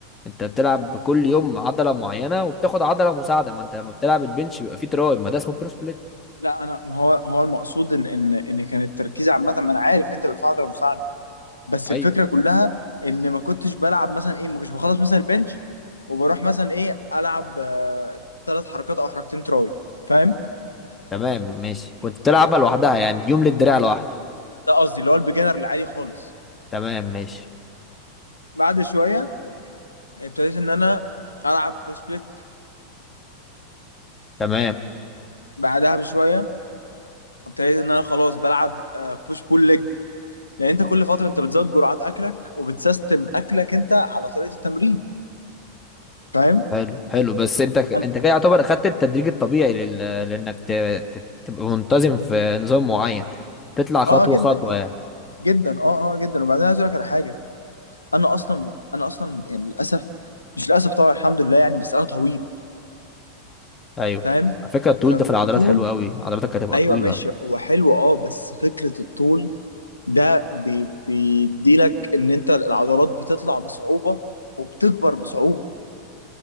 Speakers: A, on the left; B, on the left.
A: انت بتلعب كل يوم عضله معينه وبتاخد عضله مساعده ما انت لما بتلعب البنش بيبقى فيه تراي ما ده اسمه برو سبليت
B: لا انا هو هو المقصود ان ان ان كان التركيز عامه ما انا عارف انت بتدفع عضله مساعده بس
A: ايوه
B: الفكره كلها ان ما كنتش بلعب مثلا ايه ما كنتش بخلص مثلا البنش وبروح مثلا ايه العب ثلاث حركات او حركتين تراي فاهم
A: تمام ماشي كنت بتلعبها لوحدها يعني يوم للدراع لوحده
B: ده قصدي اللي هو البيجنر العادي خالص
A: تمام ماشي
B: بعد شويه ابتديت ان انا العب برو سبليت
A: تمام
B: بعدها بشويه ابتديت ان انا خلاص بلعب بوش بول ليج لان انت كل فتره انت بتزود جرعات اكلك وبتسيستم اكلك انت على طريقه التمرين فاهم
A: حلو حلو بس انت ك-
B: أنا...
A: انت كده يعتبر اخدت التدريج الطبيعي لل... لانك ت... ت... تبقى منتظم في نظام معين تطلع خطوه
B: اه آه، جدا
A: خطوه
B: جدا
A: يعني
B: جدا اه اه جدا وبعدين عايز اقول لك على حاجه انا اصلا انا اصلا يعني للاسف مش للاسف طبعا الحمد لله يعني بس انا طويل
A: ايوه
B: فاهم
A: على فكره الطول
B: فطول
A: ده في العضلات حلو قوي عضلاتك هتبقى
B: ايوه
A: طويله
B: ماشي هو حلو اه بس فكره الطول ده بي... بيديلك ان انت العضلات بتطلع بصعوبه وبتكبر بصعوبه